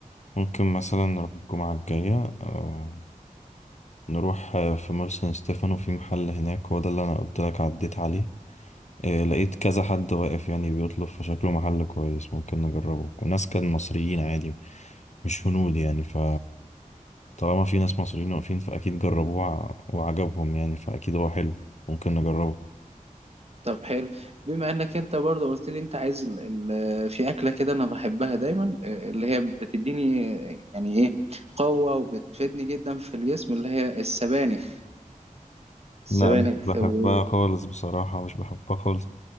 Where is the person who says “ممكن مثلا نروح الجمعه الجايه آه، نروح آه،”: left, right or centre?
Left